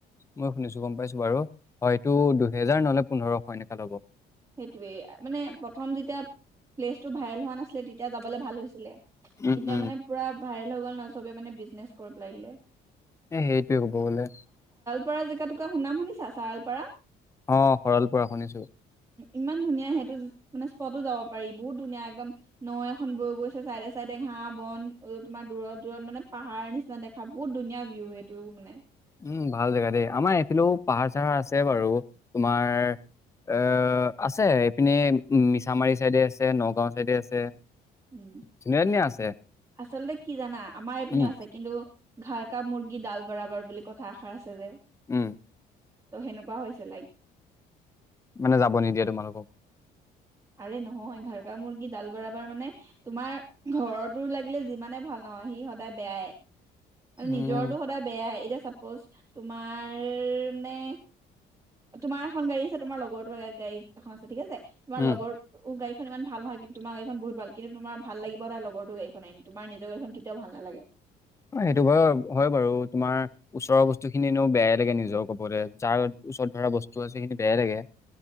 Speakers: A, on the left; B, on the right.
A: মই শুনিছো, গম পাইছো বাৰু। হয়তো দুহেজাৰ নহ'লে পোন্ধৰশ এনেকা ল'ব।
B: সেইটোৱেই, মানে প্ৰথম যেতিয়া প্লেচটো ভাইৰেল হোৱা নাছিলে তেতিয়া যাবলে ভাল হৈছিলে। এতিয়া
A: উম উম
B: মানে পুৰা ভাইৰেল হৈ গ'ল নহয় চবে মানে বিজনেছ কৰি পেলাই দিলে
A: এ সেইটোৱেই ক'ব গ'লে।
B: পাৰা জেগা তুকা নাম শুনিছা? চাৰলপাৰা
A: অ' শৰালপৰা শুনিছো।
B: ইমান ধুনীয়া সেইটো মানে স্পতো যাব পাৰি। বহুত ধুনীয়া একদম, নৈ এখন বৈ গৈছে চাইডে চাইডে ঘাঁ-বন, তোমাৰ দূৰত দূৰত মানে পাহাৰ নিচিনা দেখা, বহুত ধুনীয়া ভিউ সেইটো মানে।
A: উম ভাল জেগা দেই। আমাৰ এইফিলেও পাহাৰ-চাহাৰ আছে বাৰু! তোমাৰ এ আছে। এইপিনে মিছামাৰী চাইডে আছে, নগাঁও চাইডে আছে।
B: উম
A: ধুনীয়া ধুনীয়া আছে
B: আচলতে কি জানা? আমাৰ এইপিনেও
A: উম
B: আছে কিন্তু ''ঘৰ্‌কা মুৰ্গী ডাল বৰাবৰ ''বুলি কথা এষাৰ আছে যে।
A: উম
B: ত' সেনেকুৱা হৈছে লাইক।
A: মানে যাব নিদিয়ে তোমালোকক।
B: আৰে নহয়, ঘৰকা মুৰ্গী ডাল বৰাবৰ মানে, তোমাৰ ঘৰৰটো লাগিলে যিমানেই ভাল নহক অ' সি সদায় বেয়াই, মানে
A: উম
B: নিজৰটো সদায় বেয়াই। এতিয়া চাপজ, তোমাৰ নে, তোমাৰ এখন গাড়ী আছে, তোমাৰ লগতটোৰ গাড়ী এখন আছে ঠিকে আছে, তোমাৰ
A: উম
B: লগৰটোৰ গাড়ী খন ইমান ভাল নহয় কিন্তু তোমাৰ গাড়ীখন বহুত ভাল। কিন্তু তোমাৰ ভাল লাগিব সদায় তোমাৰ লগৰটোৰ গাড়ীখনহে। তোমাৰ নিজৰ গাড়ীখন কেতিয়াও ভাল নালাগে।
A: অ', সেইটো বাৰু হয় বাৰু। তোমাৰ ওচৰৰ বস্তুখিনি এনেয়ো বেয়াই লাগে নিজৰ ক'বলে। যাৰ ওচৰত ধৰা বস্তু আছে, সেইখিনি বেয়াই লাগে।